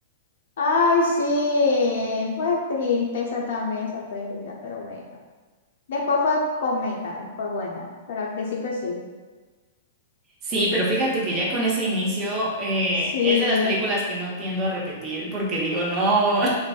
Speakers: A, on the left; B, on the right.
A: Ay, sí, fue triste esa también, esa pérdida, pero bueno. Después fue cómica y fue buena, pero al principio sí.
B: Sí, pero fíjate que ya con ese inicio eh,
A: Sí,
B: es de las películas que no tiendo a repetir porque digo, no.